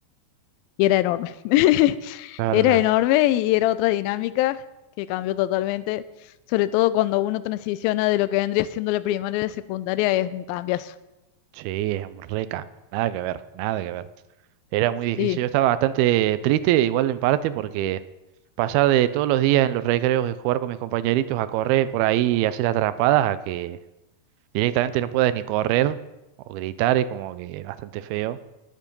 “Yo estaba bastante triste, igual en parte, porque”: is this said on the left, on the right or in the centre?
Right